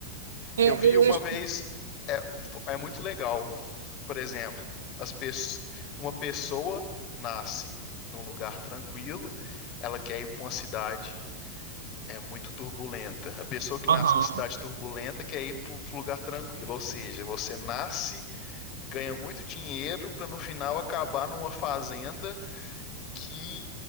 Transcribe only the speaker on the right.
É,
eu
acho
que
Aham.